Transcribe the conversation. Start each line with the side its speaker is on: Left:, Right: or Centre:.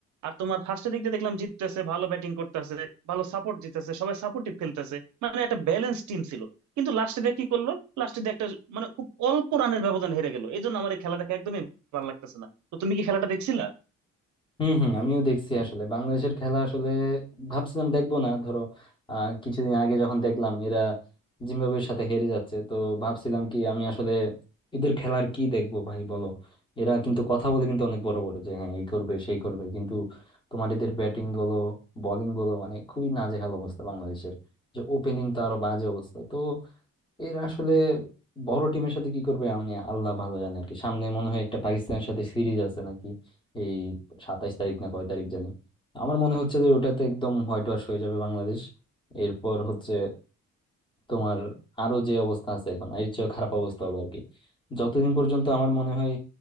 Right: আর তোমার ফার্স্টের দিকটা দেখলাম জিততেছে ভালো ব্যাটিং করতেছে ভালো সাপোর্ট জিতেছে সবাই সাপোর্টিভ খেলতেছে মানে একটা ব্যালেন্স টিম ছিল কিন্তু লাস্টে দিয়ে কি করলো লাস্টে দিয়ে একটা মানে খুব অল্প রানের ব্যবধান হেরে গেল এই জন্য আমার এই খেলা দেখা একদমই ভালো লাগতেছে না তো তুমি কি খেলাটা দেখছিলা
Left: হুম হুম আমিও দেখছি আসলে বাংলাদেশের খেলা আসলে ভাবছিলাম দেখবো না ধরো আহ কিছুদিন আগে যখন দেখলাম এরা জিম্বাবুয়ের সাথে হেরে যাচ্ছে তো ভাবছিলাম কি আমি আসলে এদের খেলার কি দেখবো ভাই বলো এরা কিন্তু কথা বলে কিন্তু অনেক বড় বড় যে হ্যাঁ এই করবে সেই করবে কিন্তু তোমার এদের ব্যাটিং বলো বোলিং বলো মানে খুবই নাজেহাল অবস্থা বাংলাদেশের যে ওপেনিং তো আরো বাজে অবস্থা তো এরা আসলে বড় টিমের সাথে কি করবে মানে আল্লাহ ভালো জানে আর কি সামনে মনে হয় একটা পাকিস্তানের সাথে সিরিজ আছে নাকি এই সাতাইশ তারিখ না কয় তারিখ জানি আমার মনে হচ্ছে যে ওটাতে একদম হোয়াইট ওয়াশ হয়ে যাবে বাংলাদেশ এরপর হচ্ছে তোমার আরো যে অবস্থা আছে এখন এর চেয়ে খারাপ অবস্থা হবে আর কি যতদিন পর্যন্ত আমার মনে হয়